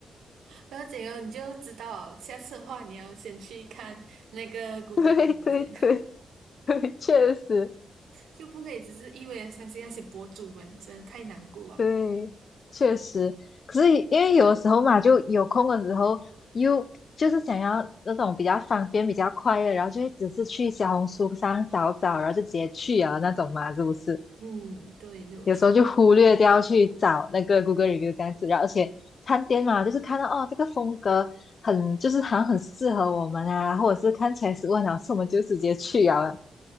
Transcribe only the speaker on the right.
然后整个你就知道，下次的话你要先去看那个谷歌那边先，
<laughs>
就不可以只是一味的相信那些博主们，真的太难过了。
嗯，对，没有错。